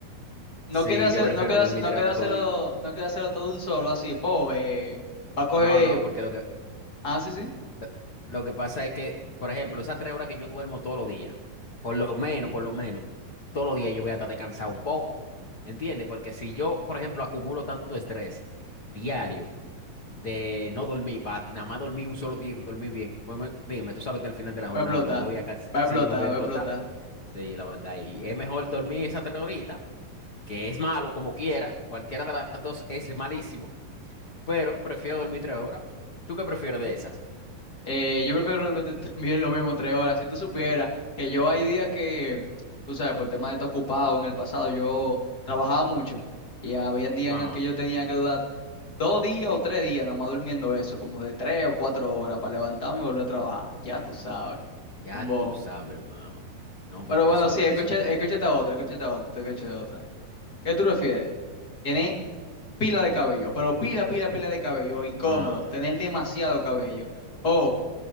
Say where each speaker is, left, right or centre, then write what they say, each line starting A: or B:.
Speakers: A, on the left; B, on the left.
A: No
B: Sí,
A: queda hacer,
B: yo prefiero
A: no queda,
B: dormir
A: hacer- no
B: tres
A: queda
B: horas
A: hacerlo,
B: todos los días.
A: no queda hacerlo todo de un solo así. Bo, eh, va a coger.
B: No, no, porque lo que
A: Ah, sí, sí.
B: Lo, lo que pasa es que, por ejemplo, esas tres horas que yo duermo todos los días, por lo menos, por lo menos, todos los días yo voy a estar descansado un poco, ¿entiendes? Porque si yo, por ejemplo, acumulo tanto estrés diario de no dormir, para nada más dormir un solo día y dormir bien, pues me- dime, tú sabes que al final de la jornada
A: Va a explotar.
B: me voy a cansar,
A: Va
B: sí,
A: a explotar,
B: me voy a explotar,
A: va a explotar.
B: sí, la verdad, y es mejor dormir esas tres horitas, que es malo como quiera, cualquiera de las dos es malísimo, pero prefiero dormir tres horas. ¿Tú qué prefieres de esas?
A: Eh, yo prefiero realmente <laughs> también lo mismo, tres horas. Si tú supieras que yo hay días que, tú sabes, por el tema de estar ocupado en el pasado, yo trabajaba mucho. Y había días
B: Ajá.
A: en el que yo tenía que durar dos días o tres días, nada más durmiendo eso, como de tres o cuatro horas para levantarme y volver a trabajar. Ya tú sabes.
B: Ya
A: Como
B: tú sabes, hermano. No, pero
A: Pero bueno,
B: que eso,
A: sí, escucha,
B: eso.
A: escúchate a otra, escúchate a otra, escúchate de otra. ¿Qué tú prefieres? Tener pila de cabello, pero pila, pila, pila de cabello, incómodo,
B: Ah.
A: tener demasiado cabello, o